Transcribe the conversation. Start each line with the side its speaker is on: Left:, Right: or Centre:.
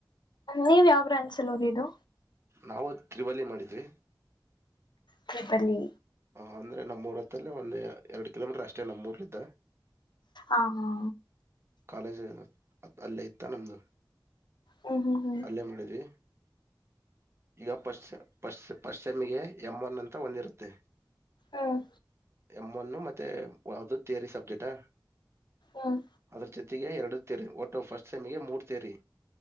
Left: ನೀವು ಯಾವ ಬ್ರಾಂಚ್ ಅಲ್ಲಿ ಓದಿದ್ದು.
Right: ನಾವು ತ್ರಿಬಾಲಿ ಮಾಡಿದ್ವಿ.
Left: ತ್ರಿಬಲಿ
Right: ಹ ಅಂದ್ರೆ ನಮ್ಮೂರ್ ಹೊತ್ತಲ್ಲಿ ಒಂದು ಎರಡು ಕಿಲೋಮೀಟರ್ ಅಷ್ಟೇ ನಮ್ಮೂರೂಯಿದೆ.
Left: ಹ ಹಾ
Right: ಕಾಲೇಜ್ ಅಲ್ಲೇ ಇತ್ತ ನಿಮ್ದು.
Left: ಹ್ಮ ಹ್ಮ ಹ್ಮ್
Right: ಅಲ್ಲೇ ಮಾಡಿದ್ವಿ. ಈಗ ಫ್ರಿಸ್ಟ್ ಫ್ರಿಸ್ಟ್ ಸೆಮಿಗೆ ಎಂ ಒನ್ ಅಂತ ಒಂದಿರುತ್ತೆ.
Left: ಹ್ಮ್
Right: ಎಂ ಒನ್ ಮತ್ತೆ ಅದು ಥಿಯರಿ ಸಬ್ಜೆಕ್ಟಾ.
Left: ಹ್ಮ್
Right: ಅದರ ಜೊತೆಗೆ ಎರಡು ತೇರಿ ಒಟ್ಟು ಫಸ್ಟ್ ಸೈಮಿಗೆ ಮೂರು ತೇರಿ.